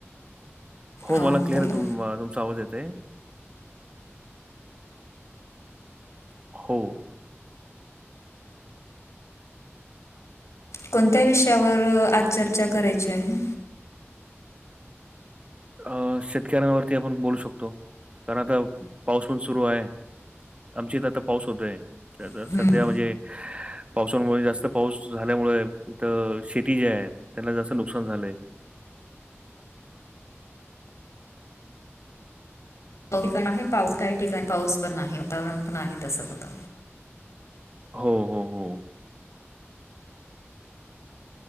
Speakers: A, on the right (about 25°); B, on the left (about 85°).
A: हो
B: हां
A: मला क्लिअर
B: बोला
A: तुम तुमचा आवाज येतय. हो.
B: कोणत्या विषयावर आज चर्चा करायची आहे?
A: अ शेतकऱ्यांवरती आपण बोलू शकतो कारण आता पाऊस पण सुरू आहे. आमची इथ आता पाऊस होतोय, <unintelligible>
B: हम्म.
A: सध्या म्हणजे पाऊसामुळे जास्त पाऊस झाल्यामुळे इथ शेती जे आहे त्याला जास्त नुकसान झालंय.
B: ठिकाण आहे पाऊस काही ठिकाणं पाऊस पण आहे वातावरण पण आहे तसं होत.
A: हो हो हो.